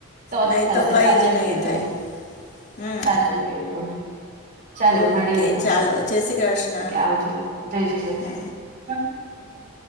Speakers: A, on the right; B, on the left.
A: તોજ
B: નહીં
A: થશે
B: તો કંઈ
A: સાચું
B: જ નહીં
A: કીધું
B: થાય હમ
A: સાચું કીધું ચાલો
B: ઓકે
A: મળીએ પછી
B: ચાલો જય શ્રી કૃષ્ણ
A: ઓકે આવજો જઈશ ક
B: હમ
A: બુઝામ